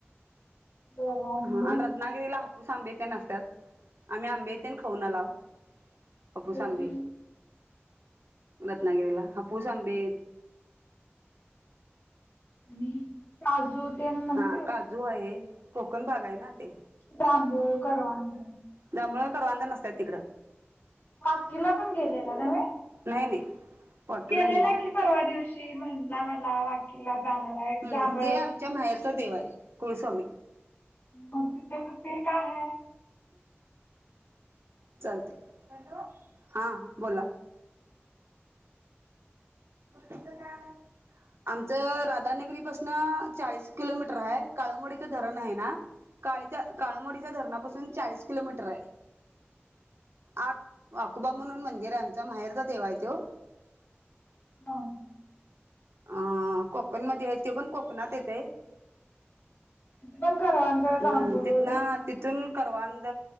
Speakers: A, on the left (about 45°); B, on the right (about 75°).
A: बर
B: हा
A: मग
B: आणि रत्नागिरीला हापूस आंबे तेन असत्यात. आम्ही आंबेतेन खाऊन आलाव. हापूस
A: ते
B: आंबे
A: काय
B: रत्नागिरीला हापूस आंबे
A: आणि काजू ते नसतात
B: हा काजू आहे. कोकण भाग आहे ना ते.
A: जांभूळ करवंद
B: जांभळं करवंद नसत्यात तिकडं.
A: वाकीला पण गेलेला नव्हे
B: नाही नाही. वाकीला
A: गेलेला
B: नाही
A: कि परवा दिवशी म्हणला मला वाकीला जाणार आहे
B: हम्म
A: जांभळ
B: ते आमच्या माहेरचा देव आहे. कुळस्वामी
A: मग तिथे तिथे काय हाय?
B: चालतयं. हां बोला. बर तिथं काय हाय? आमचं राधानगरीपासन चाळीस किलोमीटर हाय, काळ्ळमावाडीचं धरण आहे ना काळीच्या काळ्ळमावाडीच्या धरणापासून चाळीस किलोमीटर आहे आ आकोबा म्हणून मंदिर आहे आमचा माहेरचा देव आहे त्यो.
A: हा.
B: अ कोकण मध्ये आहे ते पण कोकणात येतयं.
A: तिथे पण करवंद
B: हम
A: जांभूळ
B: तिथन तिथून करवांद,